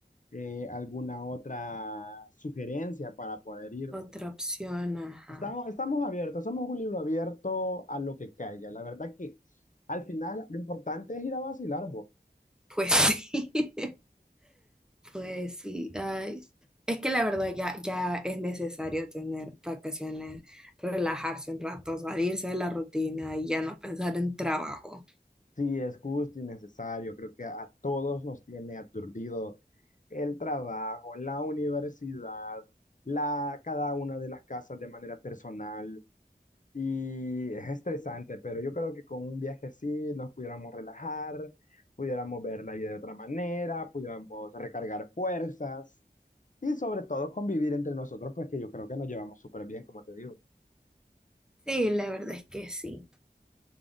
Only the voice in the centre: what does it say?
Otra opción, ajá.
Pues <laughs> sí, pues sí. Ay. Es que la verdad ya, ya es necesario tener vacaciones, relajarse un rato, salirse de la rutina y ya no pensar en trabajo.
Sí, la verdad es que sí.